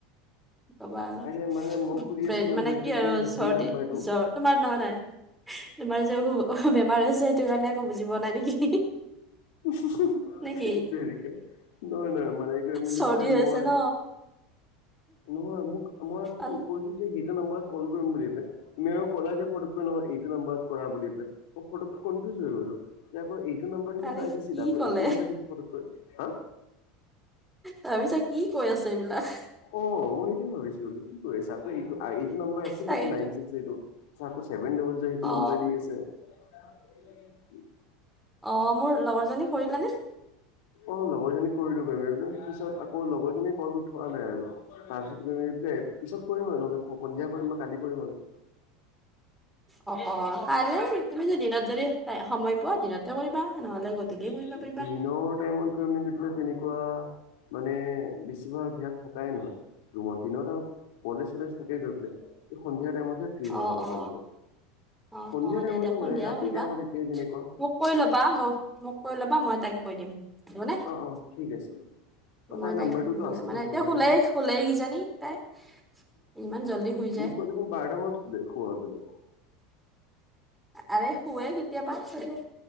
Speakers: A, in the centre; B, on the left (about 70°).
A: কবা আৰু
B: আৰে মানে মই সুধি আছো গৈ
A: মানে কি
B: পেলাই
A: আৰু
B: যে
A: চৰ্দি
B: সেই নাম্বাৰটো
A: জ্বৰ। তোমাৰ ন নাই <inaudible> তোমাৰ যে অ বেমাৰ হৈছে সেইটো কাৰণে একো বুজি পোৱা নাই নেকি?
B: <unintelligible>
A: নেকি
B: ঠেট তেৰীকা! নহয় নহয় মানে মানে <unintelligible>
A: চৰ্দি
B: দি পেলাই
A: হৈ
B: মই
A: আছে ন
B: নহয় মোক মই আকৌ
A: আল-
B: কৈছো কি সেইটো নাম্বাৰত কল কৰিম বুলি তুমি আৰু কলা যে ফটককৈ নহয় এইটো নাম্বাৰত কৰা বুলি পেলাই, মই ফতককে কনফিউজ হৈ গলো। যে আকৌ এইটো নাম্বাৰ দেখোন
A: আৰে
B: তাই দিছিল,
A: কি
B: আকৌ
A: ক'লে
B: এইটো নাম্বাৰ দিছে পটককৈ। হা?
A: ভাবিছা কি কৈ আছে এইবিলাক।
B: অ মই সেইটোৱে ভাবিছো বোলে কি কৈ আছা? আকৌ এইটো এইটো নাম্বাৰ আছিল
A: তাকেইতো
B: দেখোন নাইন ছিক্স এইটো। আকৌ ছেভেন ডবল জিৰ সেইটো
A: অ
B: নাম্বাৰ দি আছে। <inaudible>
A: অ মোৰ লগৰজনী কৰি দিলা নে?
B: অ লগৰজনীক কৰিলো গৈ, মই বোলো পিছত আকৌ লগৰজনীয়ে কল উঠোৱা নাই আৰু। তাৰপিছত <unintelligible> পিছত কৰিম আৰু নহ'লে সন্ধিয়া কৰিম বা কালি কৰিম আৰু।
A: অ অ কাইলৈ তুমি যদি দিনত যদি সময় পোৱা দিনতে কৰিবা। নহ'লে গধূলি
B: <inaudible>
A: কৰিব পাৰিবা
B: দিনৰ টাইমত গৈ মেলি পেলাই তেনেকুৱা মানে বেছিভাগ ইয়াত থকাই নহয়। ৰুমত দিনত আও কলেজ চলেজ থাকে গৈ পেলাই সন্ধিয়া টাইমতহে ফ্ৰী
A: অ
B: হোৱা হয়
A: অ
B: ভালকে,
A: অ
B: সন্ধিয়া
A: অ দিয়া
B: টাইমতো
A: দিয়া সন্ধিয়া
B: নহয় ৰাতিৰ
A: কৰিবা
B: টাইমত এতিয় যেনেকুৱা।
A: মোক কৈ ল'বা মই মোক কৈ ল'বা, মই তাইক কৈ দিম। হ'বনে
B: অঁ অঁ ঠিক আছে। বা
A: মই
B: তাইৰ
A: তাইক
B: নাম্বাৰটোতো
A: <inaudible>
B: আছেতো
A: মানে
B: অসুবিধা
A: এতিয়া শুলেই
B: নাই
A: শুলেই কিজানি তাই? ইমান জল্দি শুই যায়।
B: কয় দেখোন বাৰটা মানত শুলে, শুৱে বোলে?
A: আৰে শুৱে কেতিয়াবা চাগে।